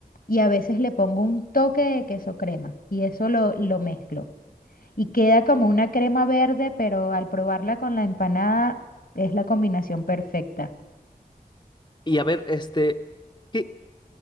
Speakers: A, on the left (about 75°); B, on the left (about 30°).
A: y a veces le pongo un toque de queso crema y eso lo, lo mezclo. Y queda como una crema verde, pero al probarla con la empanada es la combinación perfecta.
B: Y a ver, este, ¿qué,